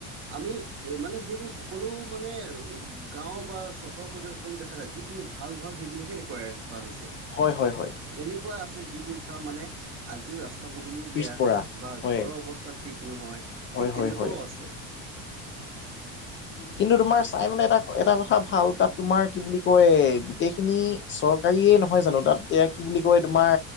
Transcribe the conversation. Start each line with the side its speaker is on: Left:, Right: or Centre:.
Right: আমি এ মানে সেইবোৰ সকলো মানে গাঁও বা চহৰৰ পৰিৱেশ সকলো দেখা যায় যিখিনি ভাল- ভাল সেইবিলাকহে দেখুৱাই থকা হৈছে।
Left: হয় -হয় - হয়।
Right: এনেকুৱা আছে যিবোৰ স্থান মানে আজিও ৰাচ ৰাস্তা পদুলিও
Left: পিছপৰা
Right: বেয়া বা
Left: হয়
Right: ঘৰৰ অৱস্থা ঠিক নহয় ঠিক
Left: হয় হয়
Right: তেনেকুৱাওঁ
Left: হয়
Right: আছে।
Left: কিন্তু তোমাৰ চাই মানে এটা- এটা কথা ভাল তাত তোমাৰ কি বুলি কয় গোটেইখিনি চৰকাৰীয়ে নহয় জানো তাত এতিয়া কি বুলি কয় তোমাৰ